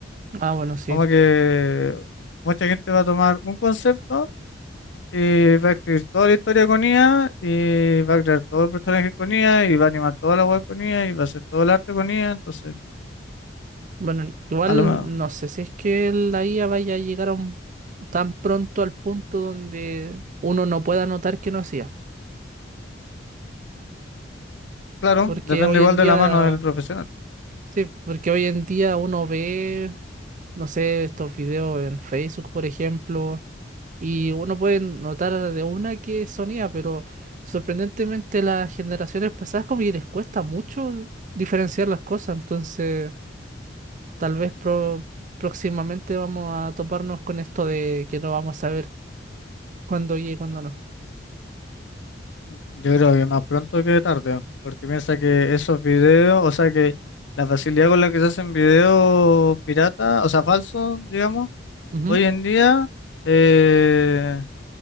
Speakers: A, on the right (about 45°); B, on the left (about 80°).
A: Ah, bueno, sí.
B: Como que mucha gente va a tomar un concepto y va a escribir toda la historia con IA y va a crear todos los personajes con IA y va a animar toda la web con IA y va a hacer todo el arte con IA, entonces,
A: Bueno, igual
B: a lo mejor,
A: no sé si es que la IA vaya a llegar a un- tan pronto al punto donde uno no pueda notar que no es IA.
B: claro,
A: Porque
B: depende
A: hoy
B: igual
A: en
B: de
A: día,
B: la mano del profesional.
A: sí, porque hoy en día uno ve, no sé, estos videos en Facebook, por ejemplo, y uno puede notar de una que son IA, pero sorprendentemente las generaciones pasadas como que les cuesta mucho diferenciar las cosas, entonces... Tal vez pro- próximamente vamos a toparnos con esto de que no vamos a saber cuándo y cuándo no.
B: Yo creo que más pronto que tarde, porque piensa que esos videos, o sea que la facilidad con la que se hacen videos pirata, o sea, falsos, digamos,
A: Ujú,
B: hoy en día eh,